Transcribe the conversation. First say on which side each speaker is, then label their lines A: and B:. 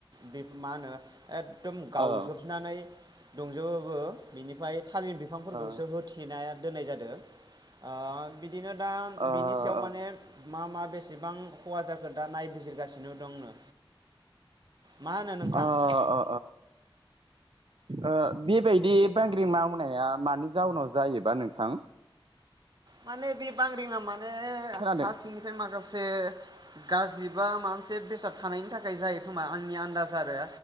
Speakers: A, on the right; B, on the right.
A: बे मा होनो एकदम गावजोबनानै
B: ओ
A: दंजोबो बो बिनिफ्राय थालिर बिफांफोरखौसो
B: ओ
A: होथेना दोननाय जादों आ बि बिदिनो दा
B: ओ
A: बिनि
B: ओ
A: सायाव माने
B: ओ
A: मा मा बेसेबां खहा जाखो दा नायबिजिरगासिनो दंनो। मा होनो नोंथां
B: अ अ अ बेबायदि बांग्रि मावनाया मानि जाउनाव जायोबा नोंथां
A: माने बे बांग्रि आ मानो मो
B: खोनादों
A: हा सिंनिफ्राय मा माखासे गाज्रि बा मोनसे बेसाद थानायनि थाखाय जायो खोमा आंनि आन्दाज आरो